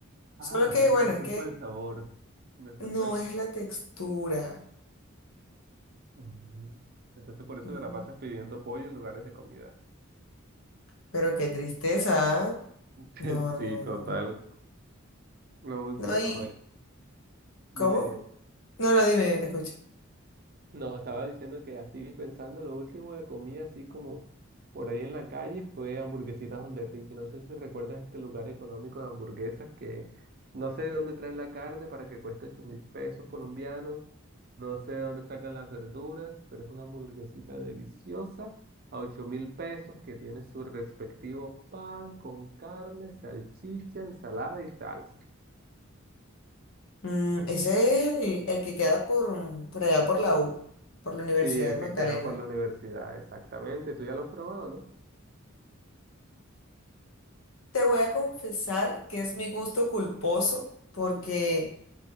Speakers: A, on the right (about 45°); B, on the left (about 75°).
A: Ah,
B: Solo
A: o
B: que,
A: sea
B: bueno,
A: que no es
B: es
A: culpa
B: que
A: del sabor, no es
B: no
A: culpa del
B: es
A: sabor.
B: la textura.
A: Mm. Entonces por eso
B: mm,
A: te la pasas pidiendo pollo en lugares de comida.
B: Pero qué tristeza, ¿ah?
A: <laughs>
B: No,
A: Sí,
B: no,
A: total.
B: no.
A: Lo último,
B: No, ¿y
A: a ver,
B: cómo?
A: dime, dime.
B: No, no, dime, te escucho.
A: No, estaba diciendo que así pensando, lo último que comí así como por ahí en la calle fue hamburguesitas Donde Ricky. No sé si recuerdas este lugar económico de hamburguesas que no sé de dónde traen la carne para que cueste ocho mil pesos colombianos. No sé de dónde sacan las verduras, pero es una hamburguesita deliciosa a ocho mil pesos que tiene su respectivo pan con carne, salchicha, ensalada y salsa.
B: Mm, ese es el, el que queda por, mm, por allá por la U, por la Universidad
A: Sí, el
B: del Magdalena.
A: que queda por la universidad, exactamente. Tú ya lo has probado, ¿no?
B: Te voy a confesar que es mi gusto culposo, porque